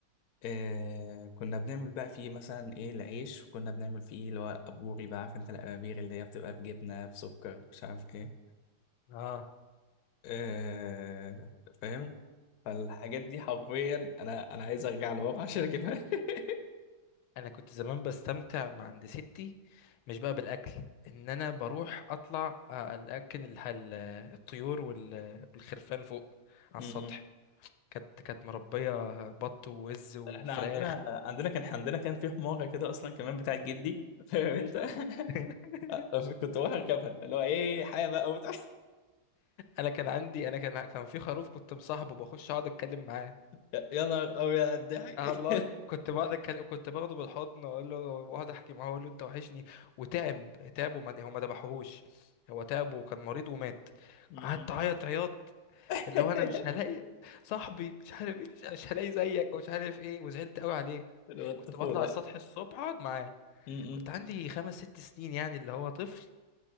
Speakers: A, on the left; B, on the left.
A: أه كنا بنعمل بقى فيه مثلا ايه العيش وكنا بنعمل فيه اللي هو ابوري بقى عارف انت الابابير اللي هي بتبقى بجبنة بسكر مش عارف إيه.
B: اه
A: آه فاهم فالحاجات دي حرفيا انا انا عايز ارجع لورا عشان اجيبها <laughs>
B: انا كنت زمان بستمتع مع عند ستي مش بقى بالاكل ان انا بروح اطلع آه، الاكل الح- ال- الطيور وال- والخرفان فوق على
A: م-م.
B: السطح كانت كانت مربيه بط ووز وفراخ
A: احنا عندنا عندنا كان عندنا كان في حماره كده اصلا كمان بتاعت جدي فاهم انت <laughs>
B: <laughs>
A: كنت بروح اركبها اللي هو ايه حاجه بقى وبتاع <laughs>
B: انا كان عندي انا كان كان في خروف كنت مصاحبه بخش اقعد اتكلم معاه
A: يا يا نهار أوي على الضحك
B: اه والله كنت بقعد اتكلم كنت باخده بالحضن اقول له واقعد احكي معاه اقول له انت وحشني وتعب تعب وما هو ما ذبحوهوش هو تعب وكان مريض ومات
A: <laughs> م-م.
B: قعدت اعيط عياط
A: <laughs>
B: اللي هو انا مش هلاقي صاحبي مش عارف ايه مش, مش هلاقي زيك ومش عارف ايه وزعلت قوي عليه
A: اللي هو الطفوله
B: كنت بطلع السطح الصبح اقعد معاه
A: م-م.
B: كنت عندي خمس ست سنين يعني اللي هو طفل